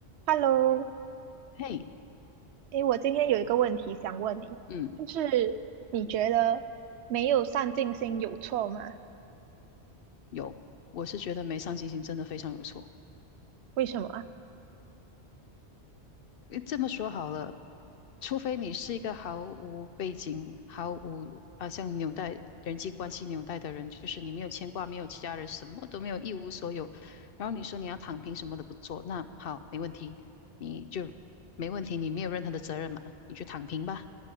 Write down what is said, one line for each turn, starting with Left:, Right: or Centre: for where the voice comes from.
Right: Hello，
Left: 嘿，
Right: 诶，我今天有一个问题想问你，
Left: 嗯，
Right: 就是你觉得没有上进心有错吗？
Left: 有，我是觉得没上进心真的非常有错。
Right: 为什么啊？
Left: 诶这么说好了，除非你是一个毫无背景、毫无啊像纽带人际关系纽带的人，就是你没有牵挂、没有其他人，什么都没有，一无所有。然后你说你要躺平，什么都不做，那好，没问题，你就没问题，你没有任何的责任嘛，你去躺平吧。